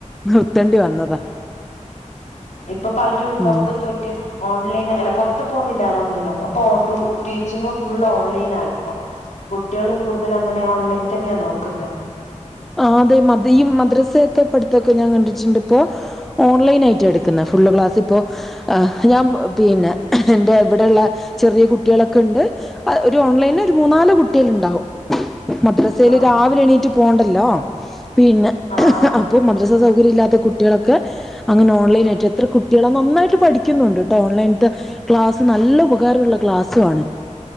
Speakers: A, in the centre; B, on the left.
A: നിർത്തേണ്ടി വന്നതാ
B: ഇപ്പൊ പലരും പൊറ്ത്ത്
A: ആഹ്
B: പോയിട്ട് ഓൺലൈൻ അല്ല പുറത്ത് പോകുന്നില്ല അല്ലോ ഒന്നിനും അപ്പൊ ടീച്ചിങ്ങും ഫുൾ ഓൺലൈൻ ആയിപ്പോ കുട്ടികളും കൂടുതൽ അങ്ങനെ ഓൺലൈൻ തന്നെയാ നോക്കുന്നത്
A: ആഹ് അതെ മ ഈ മദ്രസയൊക്കെ പഠിത്തൊക്കെ ഞാൻ കണ്ടിട്ടുണ്ട് ഇപ്പോ ഓൺലൈൻ ആയിട്ടാ എടുക്കുന്നത് ഫുള്ള് ക്ലാസ് ഇപ്പോൾ ആഹ് ഞാൻ പിന്നെ എന്റെ ഇവിടുള്ള ചെറിയ കുട്ടികളൊക്കെ ഉണ്ട് ഒരു ഓൺലൈനില് ഒരു മൂന്നാല് കുട്ടികൾ ഉണ്ടാവും മദ്രസേല്
B: ആ
A: രാവിലെ എണീറ്റ് പോവണ്ടല്ലോ പിന്നെ
B: ആ ആ
A: ഇപ്പൊ മദ്രസാ സൗകര്യം ഇല്ലാത്ത കുട്ടികളൊക്കെ അങ്ങനെ ഓൺലൈനായിട്ട് എത്ര കുട്ടികളാ നന്നായിട്ട് പഠിക്കുന്നുണ്ട് കേട്ടോ ഓൺലൈൻട്ട് ക്ലാസ്സ് നല്ല ഉപകാരമുള്ള ക്ലാസ്സുവാണ്